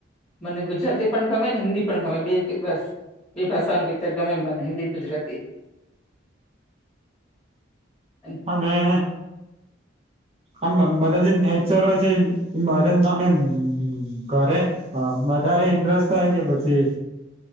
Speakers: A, in the centre; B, on the right.
A: મને ગુજરાતી પણ ગમે ને હિન્દી પણ ગમે બેયતે બસ. બેય ભાષાઓનું પિક્ચર ગમે મને હિન્દી, ગુજરાતી. અન
B: અને આમ બધાથીન મેચ્યોર હોય છે. <unintelligible> ઘરે હા વધારે ઇન્ટરેસ્ટ થાય છે પછી